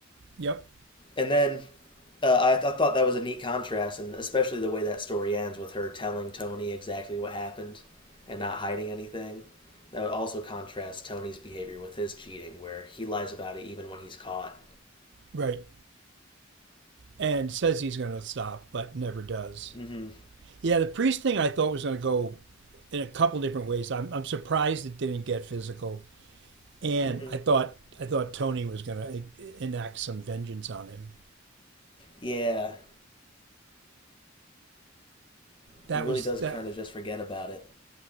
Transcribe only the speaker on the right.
Yep.
Right. And says he's going to stop, but never does.
Yeah, the priest thing I thought was going to go in a couple different ways. I'm, I'm surprised it didn't get physical, and
I thought I thought Tony was going to enact some vengeance on him.
That
was
that.